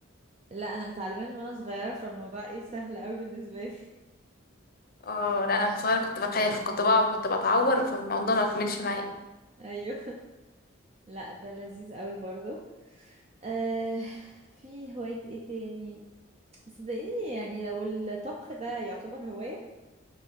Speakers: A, on the right; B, on the left.
A: لا انا متعلمه من وانا صغيره فالموضوع ايه سهل قوي بالنسبه لي
B: اه لا انا من صغيره كنت بخاف كنت بقع وكنت بتعور فالموضوع ما كملش معايا
A: <laughs> ايوه لا ده لذيذ قوي برضو آه في هوايه ايه تاني صدقيني يعني لو الطبخ ده يعتبر هوايه